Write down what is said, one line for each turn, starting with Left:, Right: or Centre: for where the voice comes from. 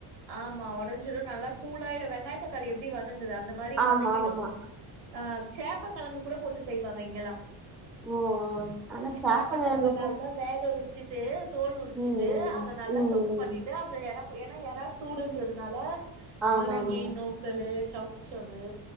Right: ஆமா உடஞ்சிடும் நல்லா கூளாயிடும் வெங்காய தக்காளி எப்படி வதங்குது அந்த மாரி
Centre: ஆமா
Right: வதங்கிடும்
Centre: ஆமா
Right: ஆ சேப்ப கிழங்கு கூட போட்டு செய்வாங்க இங்கல்லா
Centre: ஓ ஓ ஆனா சேப்பங்கெழங்கு
Right: சேப்ப கிழங்க நல்லா வேக வச்சு தோல் உரிச்சிட்டு
Centre: ம் ம்
Right: அத நல்லா
Centre: ம்
Right: தொக்கு
Centre: ம்
Right: பண்ணிட்டு அதுல எறாபோ ஏனா எறா சூடுன்றதுனால
Centre: ஆமா
Right: முள்ளங்கி
Centre: ஆமா
Right: நூக்கல் சௌச்சவு